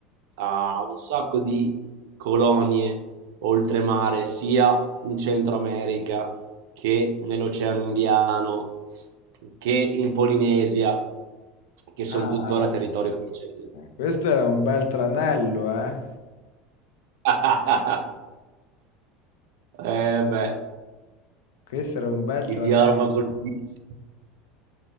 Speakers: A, on the right (about 65°); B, on the left (about 75°).
A: ha un sacco di colonie oltremare, sia in Centro America che nell'Oceano Indiano, che in Polinesia, che sono
B: Ah,
A: tuttora territorio francese.
B: questo era un bel tranello, eh?
A: <laughs> Eh beh,
B: Questo era un bel
A: chi
B: tranello.
A: di arma colpisce.